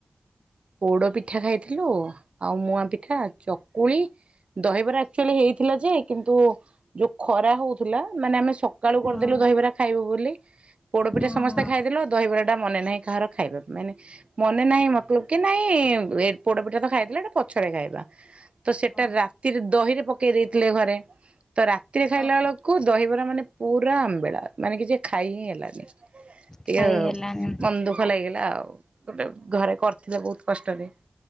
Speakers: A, on the right (about 60°); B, on the left (about 25°).
A: ପୋଡ ପିଠା ଖାଇଥିଲୁ ଆଉ ମୁଆଁ ପିଠା, ଚକୁଳି ଦହିବରା ଆକ୍ଚୁଏଲି ହେଇଥିଲା ଯେ କିନ୍ତୁ ଯୋଉ ଖରା ହଉଥିଲା ମାନେ ଆମେ ସ କାଳୁ କରିଦେଲୁ
B: ହଁ
A: ଦହିବରା ଖାଇବୁ ବୋଲି, ପୋଡପିଠା
B: ହଁ
A: ସମସ୍ତେ ଖାଇଦେ ଦହିବରା ଟା ମନେ ନାହିଁ କାହାର ଖାଇବା ମାନେ ମନେ ନାହିଁ ମତଲବ କି ନାଇଁ ଏ ପୋଡପିଠା ତ ଖାଇଥିଲା ଏଟା ପଛରେ ଖାଇବା ତ ସେଇଟା
B: ହଁ
A: ରା ରେ ଦହିରେ ପକେଇ ଦେଇଥିଲେ ଘରେ ତ ରାତିରେ ଖାଇଲା
B: ହଁ
A: ବେଳକୁ ଦହିବରା ମାନେ ପୁରା ଆମ୍ବିଳା ମାନେ କିଛି ଖାଇ ହିଁ ହେଲାନି
B: ଖାଇ
A: ଏ
B: ହେଲାନି
A: ବନ୍ଦୁଖ ଭୁଃଖ ଲାଗଗଲା ଆଉ ଗୋଟେ ଘରେ କରିଥିଲେ ବହୁତ କଷ୍ଟରେ